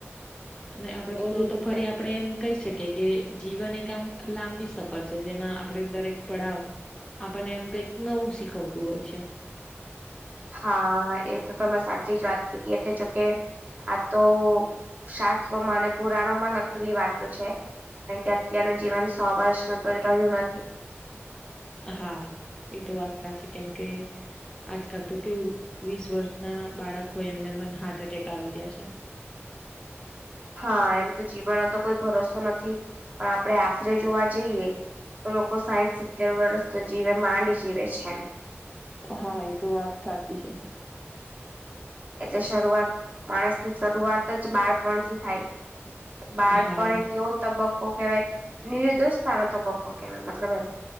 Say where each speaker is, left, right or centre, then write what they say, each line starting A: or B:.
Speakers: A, on the left (about 15°); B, on the right (about 35°).
A: અને આપડે,
B: એવી
A: તો તો
B: રીતે
A: ફરી આપડે એમ કહી શકીએ કે જીવન એક આમ લાંબી સફર છે જેમાં આપડે દરેક પડાવ આપણને એમ કઈક નવું શીખવતું હોય છે.
B: હા એ તો તમે સાચી જ વાત કીધી એટલે જોકે આ તો શાસ્ત્રોમાં અને પુરાણોમાં લખેલી વાતો છે. કારણ કે અત્યારનું જીવન સો વર્ષનુ તો રહ્યું નથી.
A: હા એ તો વાત સાચી કેમકે આજકાલ તો કેવું વીસ વર્ષના બાળકો એમને પણ હાર્ટ એટેક આવી રહ્યા છે.
B: <inaudible> હા એમ તો જીવનનો તો કોઈ ભરોસો નથી પણ આપણે આશરે જોવા જઈએ તો લોકો સાઈઠ સિત્તેર વર્ષ તો જીવે માંડ જીવે છે એમ.
A: હા એ તો વાત સાચી છે.
B: એટલે શરૂઆત માણસની શરૂઆત જ બાળપણથી થાય. બાળપણ
A: હા
B: એક એવો તબક્કો તબક્કો કેવાય નિરોદોષથનો તબક્કો કેવાય મતલબ એમ.